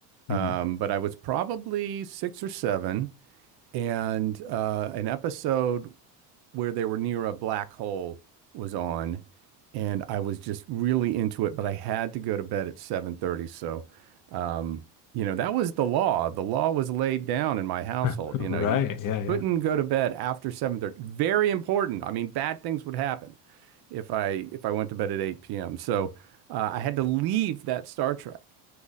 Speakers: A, on the left; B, on the right.
A: Mhm.
B: um, but I was probably six or seven. and uh, an episode where they were near a black hole was on, and I was just really into it, but I had to go to bed at 7:30, so um, you know, that was the law. The law was laid down in my household.
A: <laughs>
B: You know,
A: Right,
B: you
A: yeah, yeah.
B: couldn't go to bed after 7:30. Very important. I mean, bad things would happen if I if I went to bed at 8 p.m. So uh, I had to leave that Star Trek